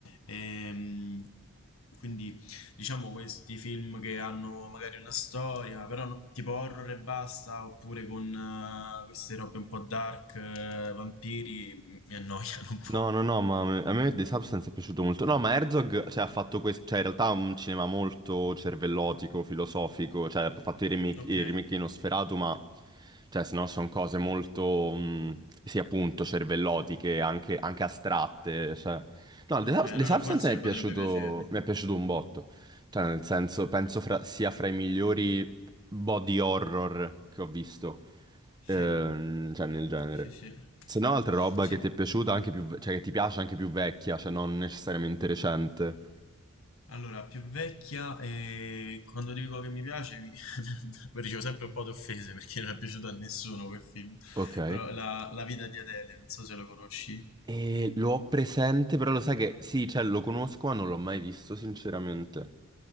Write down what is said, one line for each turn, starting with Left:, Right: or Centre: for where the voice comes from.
Left: Ehm, quindi diciamo questi film che hanno magari una storia, però no- tipo horror e basta, oppure con eh, queste robe un po' dark, eh, vampiri, mi mi annoiano un
Right: No,
Left: po'.
Right: no, no, ma a me a me The Substance è piaciuto molto. No, ma Herzog, cioè, ha fatto questo, cioè, in realtà ha un cinema molto cervellotico, filosofico, cioè, ha fatto i remake,
Left: Ok,
Right: i remake di Nosferatu, ma, cioè, se no sono cose molto, mh, sì, appunto, cervellotiche, anche, anche astratte, cioè. No,
Left: ok,
Right: The, Subs-
Left: allora
Right: The Substance
Left: forse
Right: mi è piaciuto,
Left: potrebbe piacermi.
Right: mi è piaciuto un botto, cioè, nel senso, penso fra- sia fra i migliori body horror che ho visto. Ehm,
Left: Sì,
Right: cioè nel genere.
Left: sì, sì.
Right: Se no, altra roba
Left: Sì.
Right: che ti è piaciuta anche più, ve- cioè che ti piace anche più vecchia, cioè non necessariamente recente.
Left: Allora, più vecchia e quando dico che mi piace, mi... <laughs> ricevo sempre un po' di offese perché non è piaciuto a nessuno quel film.
Right: Ok.
Left: Però la, la vita di Adele, non so se lo conosci.
Right: E lo ho presente, però lo sai che sì, cioè lo conosco, ma non l'ho mai visto, sinceramente.